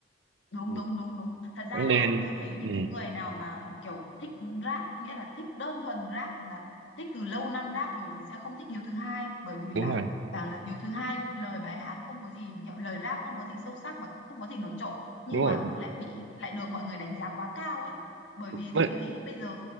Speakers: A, on the left (about 85°); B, on the right (about 80°).
A: đúng
B: Ừ.
A: đúng đúng đúng thật ra
B: Bạn
A: là
B: nên
A: tôi thấy những
B: ừ,
A: cái người nào mà kiểu thích rap nghĩa là thích đơn thuần rap là thích từ lâu năm rap rồi thì sẽ không thích Hiếu thứ hai bởi vì
B: đúng
A: là
B: rồi
A: bảo là Hiếu thứ hai lời bài hát không có gì kiểu lời rap không có gì sâu sắc mà cũng không có gì nổi trội nhưng
B: đúng rồi
A: mà lại bị lại được mọi người đánh giá quá cao ấy bởi
B: với
A: vì tôi thấy bây giờ